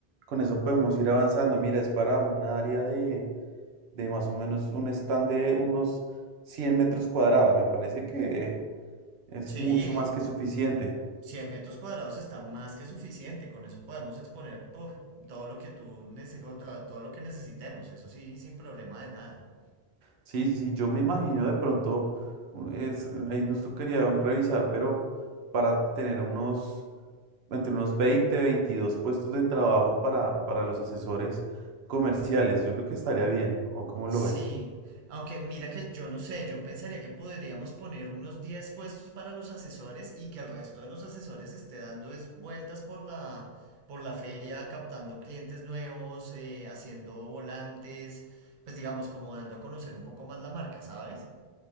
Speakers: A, on the right; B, on the right.
A: con eso podemos ir avanzando. Mira, es para un área de, de más o menos un stand de unos 100 metros cuadrados. Me parece que es
B: Sí,
A: mucho más que suficiente.
B: 100 metros cuadrados está más que suficiente. Con eso podemos exponer puf, todo lo que tú nece- o to- todo lo que necesitemos. Eso sí, sin problema de nada.
A: Sí, sí, sí, yo me imagino de pronto, u- es, ahí nos tocaría revisar, pero para tener unos entre unos 20 22 puestos de trabajo para, para los asesores comerciales. Yo creo que estaría bien, ¿o cómo lo
B: Sí,
A: ves?
B: aunque mira que yo no sé, yo pensaría que podríamos poner unos 10 puestos para los asesores y que el resto de los asesores esté dando es vueltas por la, por la feria, captando clientes nuevos, eh, haciendo volantes, pues digamos como dando a conocer un poco más la marca, ¿sabes?